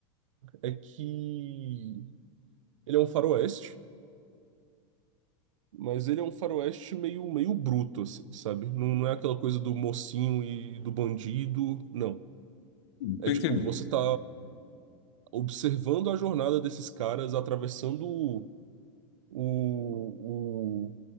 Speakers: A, on the right; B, on the left.
A: é que ele é um faroeste, mas ele é um faroeste meio, meio bruto, assim, sabe? Não, não é aquela coisa do mocinho e do bandido, não.
B: Hum,
A: É
B: Tô
A: tipo,
B: entendendo.
A: você tá observando a jornada desses caras atravessando o, o,